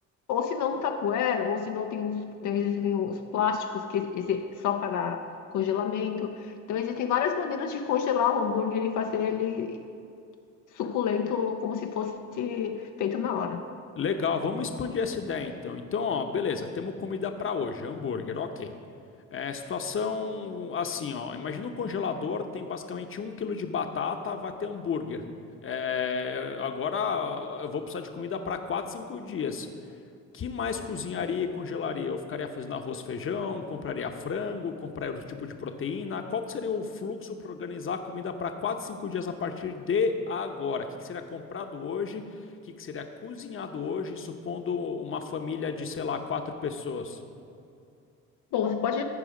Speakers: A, on the left; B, on the left.
A: ou se não no Tupperware, ou se não tem uns, tem, existem uns plásticos que esse, só para congelamento. Então, existem várias maneiras de congelar o hambúrguer e fazer ele suculento, como se fosse feito na hora.
B: Legal, vamos expandir essa ideia então. Então, ó, beleza, temos comida para hoje, hambúrguer, ok. É, situação assim, ó. Imagina um congelador, tem basicamente um quilo de batata, vai ter hambúrguer. É, agora eu vou precisar de comida para 4, 5 dias. que mais cozinharia e congelaria? Eu ficaria fazendo arroz, feijão, compraria frango, compraria outro tipo de proteína. Qual que seria o fluxo para organizar a comida para 4 5 dias a partir de agora? O que que seria comprado hoje? O que que seria cozinhado hoje, supondo uma família de, sei lá, quatro pessoas?
A: Bom, você pode